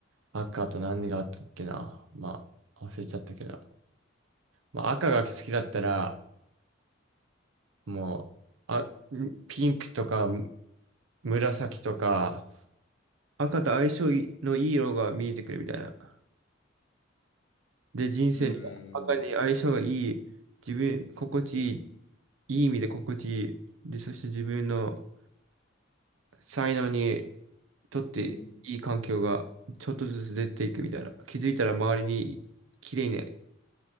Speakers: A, on the right; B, on the left.
A: 赤と何があったっけな。まあ、忘れちゃったけど。まあ、赤が好きだったら、もう、あ、ピンクとか紫とか、赤と相性のいい色が見えてくるみたいな。で、人生に赤に相性がいい、
B: うん、うん、
A: 自分、心地いい、いい意味で心地いい。で、そして自分の才能にとっていい環境がちょっとずつ出ていくみたいな。
B: うん、
A: 気づいたら周りに綺麗ね、